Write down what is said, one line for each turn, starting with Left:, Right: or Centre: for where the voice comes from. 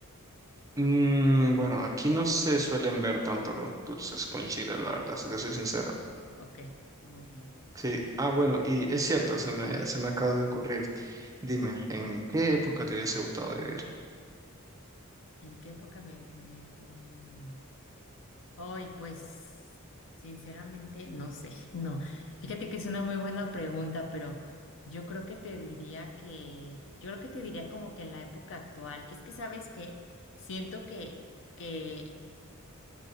Right: mm, bueno, aquí no se suelen ver tanto los dulces con chile, la verdad, si te soy sincero.
Left: Ok, muy bien.
Right: Sí, ah, bueno, y es cierto, se me, se me acaba de ocurrir. Dime, ¿en qué época te hubiese gustado vivir?
Left: ¿En qué época me, me, mm, Hoy, pues, sinceramente, no sé, <laughs> no. Fíjate que es una muy buena pregunta, pero yo creo que te diría que, yo creo que te diría como que en la época actual, es que sabes que siento que, que,